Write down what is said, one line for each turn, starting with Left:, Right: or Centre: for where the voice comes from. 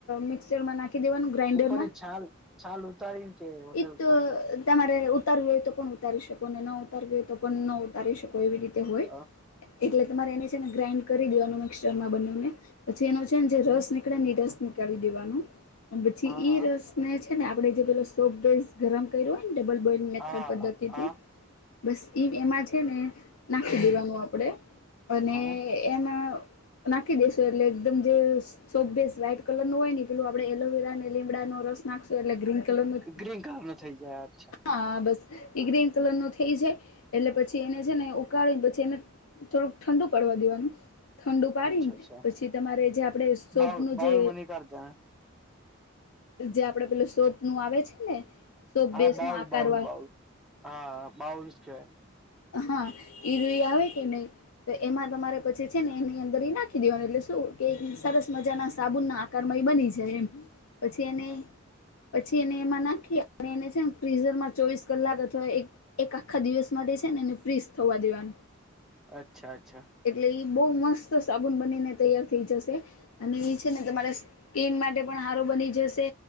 Left: મિક્સચર માં નાખી દેવાનું ગ્રાઇન્ડરમાં
Centre: ઉપરની છાલ છાલ ઉતારીને કે વગર
Left: ઈ તો
Centre: ઉતારી
Left: તમારે ઉ ઉતારવી હોય તો પણ ઉતારી શકો ને ના ઉતારવી હોય તો પણ ના ઉતારી શકો એવી રીતે હોય.
Centre: હ
Left: એટલે તમારે એની છે ને ગ્રાઇન્ડ કરી દેવાનું મિક્સરમાં બંનેને પછી એનો છે ને જે
Centre: હમ
Left: રસ નીક પહેલા ની રસ ની કાઢી દેવાનું પછી
Centre: હા હા.
Left: ઈ રસ ને છે ને આપડે જે પેલો સો પેસ્ટ ગરમ કર્યું હોય ને ડબલ બોઇલ મેથડ
Centre: હા
Left: પદ્ધતિ
Centre: હા હા
Left: થી બસ એમાં છે ને નાખી દેવાનું આપણેે અને
Centre: હા
Left: એમાં નાખી દેશ તો એટલે એકદમ જે શોપ પેસ્ટ વ્હાઈટ કલર નો હોય ને પેલું આપણે એલોવેરા અને લીમડાનો રસ નાખશું એટલે ગ્રીન કલર નું
Centre: ગ્રીન કલર નો થઇ જાય અચ્છા
Left: હા બસ ઈ ગ્રીન કલર નું થઈ જાય એટલે પછી એને છે ને ઉકાળીને પછી એને થોડુંક ઠંડુ પડવા દેવાનું ઠંડુ પાડીને
Centre: અચ્છા અચ્છા
Left: થી તમારે જે આપણે શોપ
Centre: બાઉલ
Left: નું
Centre: બાઉલ
Left: જે
Centre: મની કરતા ને
Left: જે આપડે પેલું શોપ નું આવે છે ને સોપ
Centre: હા
Left: બેસ
Centre: બાઉલ
Left: નો આકાર
Centre: બાઉલ
Left: વાળ
Centre: બાઉલ હા બાઉલ જ કહેવાય.
Left: હા <unintelligible> આવે કે નહી તો એમાં તમારે પછી છે ને એની અંદર એ નાખી દેવાનું એટલે શું કે સરસ મજા ના સાબુન ના કરમય બની જાય એમ. પછી એને પછી એને એમાં નાખી અને એને છે ફ્રીઝર માં ચોવીસ કલાક અથવા એક એક આખા દિવસ માટે છે ને એને ફ્રિજ થવા દેવાનું.
Centre: અચ્છા અચ્છા
Left: એટલે ઈ બહુ મસ્ત સાબુન બનીને તૈયાર થઈ જશે. અને એ છે ને તમારા સ્કીિન માટે પણ હારુ બની જશે